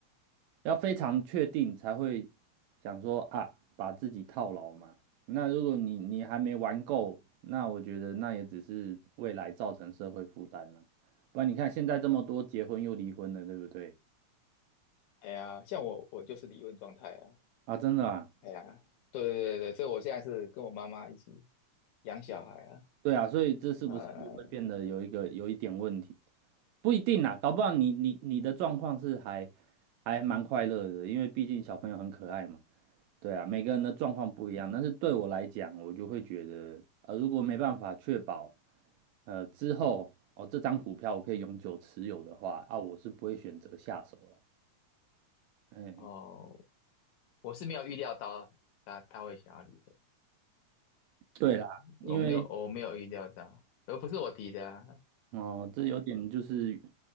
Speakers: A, on the right; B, on the left.
A: 要非常确定才会想说啊，把自己套牢嘛。那如果你你还没玩够，那我觉得那也只是未来造成社会负担了。不然你看现在这么多结婚又离婚的，对不对？
B: 哎呀，像我我就是离婚状态啊，
A: 啊，真的啊。
B: 哎呀，对对对对，所以我现在是跟我妈妈一起养小孩啊，
A: 对啊，所以这是不是就会变得有一个有一点问题？
B: 呃，
A: 不一定啦，搞不好你你你的状况是还还蛮快乐的，因为毕竟小朋友很可爱嘛。对啊，每个人的状况不一样，但是对我来讲，我就会觉得，呃，如果没办法确保，呃，之后哦这张股票我可以永久持有的话，啊，我是不会选择下手了。嗯，
B: 哦，我是没有预料到他他会想要离婚，
A: 对啦，
B: 哎，
A: 因为
B: 我没有我没有预料到，而不是我提的啊，
A: 哦，这有点就是
B: 哎